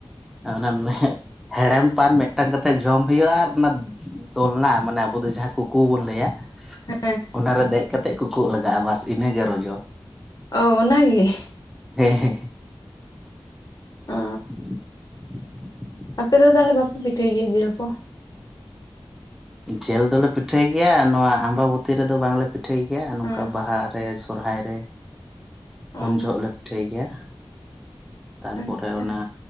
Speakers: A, in the centre; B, on the left (about 45°).
A: ᱚᱱᱟ ᱦᱮᱲᱮᱢ ᱯᱟᱱ ᱢᱮᱫᱴᱟᱝ ᱠᱟᱛᱮᱜ ᱡᱚᱢ ᱦᱩᱭᱩᱜᱼᱟ, ᱟᱨ ᱚᱱᱟ ᱫᱚᱞᱱᱟ ᱢᱟᱱᱮ ᱟᱵᱚ ᱫᱚ ᱡᱟᱦᱟᱸ ᱠᱩᱠᱩ ᱵᱚᱱ ᱞᱟᱹᱭᱟ,
B: ᱦᱮᱸ
A: ᱚᱱᱟ ᱨᱮ ᱫᱮᱡ ᱠᱟᱛᱮᱜ ᱠᱩᱠᱩᱜ ᱞᱟᱜᱟᱜᱼᱟ ᱵᱟᱥ ᱤᱱᱟᱹᱜᱮ ᱨᱚᱡᱚ ᱾
B: ᱚ, ᱚᱱᱟᱜᱮ ᱾
A: ᱦᱮᱸ ᱦᱮᱸ ᱾
B: ᱚ
A: <inaudible>
B: ᱟᱯᱮ ᱫᱚ ᱛᱟᱦᱚᱞᱮ ᱵᱟᱯᱮ ᱯᱤ <unintelligible> ᱫᱤᱱ ᱠᱚᱼᱼ
A: ᱡᱮᱞ ᱫᱚᱞᱮ ᱯᱤᱴᱷᱟᱹᱭ ᱜᱮᱭᱟ ᱱᱚᱣᱟ ᱟᱢᱵᱟᱵᱛᱤ ᱨᱮᱫᱚ ᱵᱟᱝᱞᱮ ᱯᱤᱴᱷᱟᱹᱭ ᱜᱮᱭᱟ, ᱱᱚᱝᱠᱟ
B: ᱦᱮᱸ
A: ᱵᱟᱦᱟ ᱨᱮ ᱥᱚᱦᱚᱨᱟᱭ ᱨᱮ ᱾
B: ᱚ
A: ᱩᱱ ᱡᱚᱦᱚᱜ ᱞᱮ ᱯᱤᱴᱷᱟᱹᱭ ᱜᱮᱭᱟ, ᱛᱟᱨᱯᱚᱨᱮ
B: ᱟᱪᱪᱷᱟ
A: ᱚᱱᱟ